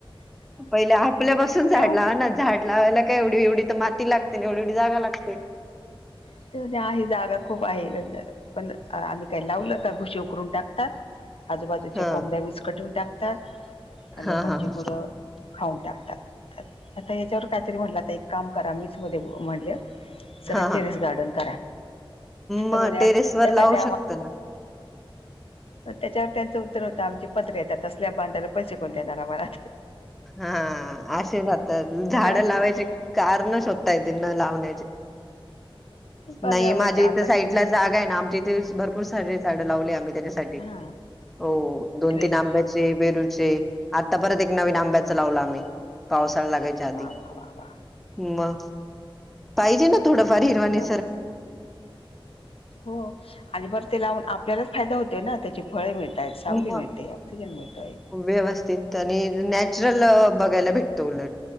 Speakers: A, in the centre; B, on the left.
A: पहिले आपल्यापासून झाड
B: तेव्हा
A: लावा ना झाड लावायला काय एवढी एवढी तर माती लागते एवढी एवढी जागा लागते
B: तर ते म्हणते आहे जागा खूप आहे पण आम्ही काही लावलं का घुशी उकरून टाकतात आजूबाजूच्या
A: हा
B: कोंबड्या विस्कटून टाकतात आणि
A: हा
B: लोकांची
A: हा हा
B: गुरं खाऊन टाकतात आता याच्यावर कायतरी म्हटलं आता एक काम करा मीच मध्ये म्हणल सरळ
A: हा
B: टेरेस
A: हा
B: गार्डन करा
A: मग
B: त्या
A: टेरेस वर
B: त्यासाठी
A: लावू शकत ना
B: म त्याच्यावर त्यांचं उत्तर होतं आमचे पत्र येतात तसल्या बांधायला पैसे कोण देणार आम्हाला
A: हा असे जात
B: म्हटलं
A: झाडं लावायचे कारण शोधताय ते न लावण
B: बघा
A: नाही माझ्या
B: म्हटलं आता
A: इथं साईडला जागा आहे ना आमच्या इथे भरपूर सारे झाड लावले आम्ही त्याच्यासा ठी
B: हा
A: हो दोन
B: ग्रेट
A: तीन आंब्याची चे बेरूचे आता परत एक नवीन आंब्याच लावलं आम्ही पावसाळा लागायच्या आधी
B: वा वा वा वा
A: म पाहिजे ना थोडंफार
B: आपणच
A: हिरवानी
B: लावायचं हो आणि बरं ते लावून आपल्यालाच फायदा होतोय ना त्याची फळे मिळताहेत, सावली
A: म
B: मिळते ऑक्सिजन मिळतय.
A: व्यवस्थित आणि नॅचरल बघायला भेटत उलट